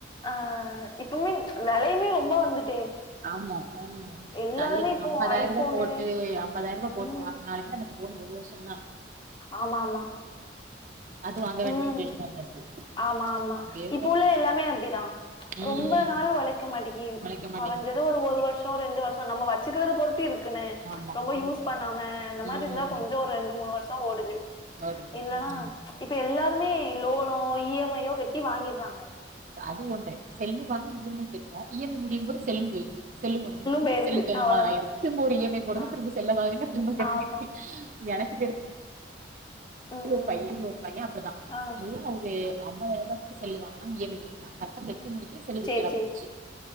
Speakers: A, on the left; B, on the right.
A: ஆஹ் இப்பமே விலையுமே வந்துட்டு
B: ஆமா உஹம்
A: எல்லாருமே
B: தல்லி
A: இப்போ
B: ஐம்பதாயிரம்
A: ஐஃபோனு
B: ரூபாய போட்டு ஐம்பதாயிரம் ரூபாய் போட்டு
A: ம்
B: வாங்கனாலுமே அந்த போ ஒரு வருஷாதா
A: ஆமா ஆமா
B: அது வாங்க வேண்டிய
A: உம்
B: சுச்சுவேஷன் வந்துருது.
A: ஆமா ஆமா
B: இப்டியே
A: இப்போ
B: தான்
A: உள்ள எல்லாமே அப்டிதான்
B: ம்.
A: ரொம்ப நாள் உழைக்க மாட்டேங்கி
B: ஒழைக்க மாட்டேங்குது.
A: குறைஞ்சது ஒரு வருஷோ ரெண்டு வருஷோ நம்ம வச்சுக்கிறது பொறுத் டிர் <unintelligible> <unintelligible> இருக்கு
B: ஆமா,
A: ரொம்ப
B: ஆமா.
A: யூஸ் பண்ணாம அந்த மாதிரி
B: ம்.
A: இருந்தா கொஞ்சோ ரெண்டு <unintelligible> தா ஓடுது
B: ஓடுது.
A: இல்லனா
B: ம்.
A: ச் இப்ப எல்லாருமே லோனோ இ எம் ஐ யோ கெட்டி வாங்கிற்றாங்க
B: து ஒண்டே செல்லு வாங்கி இ எம் ஐ கெட்றோ இ எம் ஐ மு இதுபோக செல்லுபோயிர்து செல்லு முடிஞ்சிர்து
A: போயிருது
B: செல்லு கேம்மாயிருது
A: அவ்ளோதா
B: திரும்ப ஒரு இ எம் ஐ போடுங்க
A: ஆ
B: திரும்ப செல்ல வாங்குங்க திரும்ப கெட்டுங்க
A: ஆமா
B: எனக்கு தெரி
A: ம்
B: இது ஒரு
A: ம்
B: பைய இங்க ஒரு பைய அப்டிதா
A: ஆ
B: நல்லா ஒரு ஐம்பதாயருபாக்கு செல்லு வாங்குனா இ எம் ஐ கட்னா கர்ட்டா கெட்டி முடிக் கி செல்லு
A: சேரி
B: ரிப்பேரா
A: சேரி
B: போச்சு